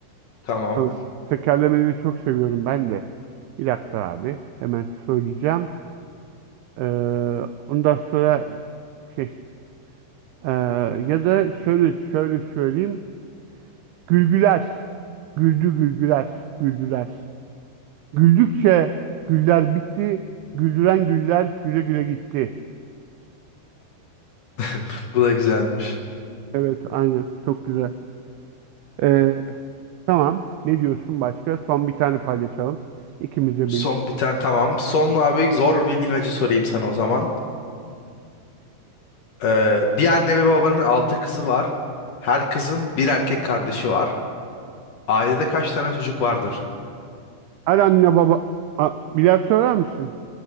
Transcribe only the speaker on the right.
Sana. Tekerlemeleri çok seviyorum ben de. Bir dakika abi. Hemen söyleyeceğim. Ee, ondan sonra şey ee, ya da şöyle şöyle söyleyeyim. Gülgüler. Güldü gülgüler. Güldüler. Güldükçe güller bitti. Güldüren güller güle güle gitti.
Evet, aynen. Çok güzel. Ee, tamam. Ne diyorsun başka? Son bir tane paylaşalım. İkimize
bir.
Her anne baba... A, birer söyler misin?